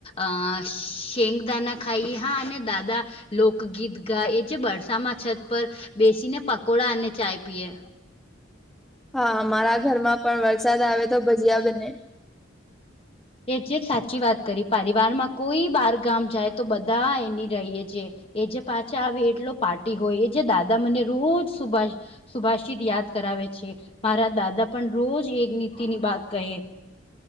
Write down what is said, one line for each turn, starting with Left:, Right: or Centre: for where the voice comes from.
Left: અ શેંગદાના ખાઈ હા અને દાદા લોકગીત ગા એ જે બરસામાં છત પર બેસીને પકોડા અને ચાય પીએ
Centre: હા મારા ઘરમાં પણ વરસાદ આવે તો ભજીયા બને
Left: એ જે સાચી વાત કરી પરિવારમાં કોઈ બાર ગામ જાય તો બધા એની રહીએ છે. એ જે પાછા આવે એટલો પાર્ટી હોય એ જે દાદા મને રોજ સુભાષ સુભાષિત યાદ કરાવે છે મારા દાદા પણ રોજ એક નીતિ ની બાત કહે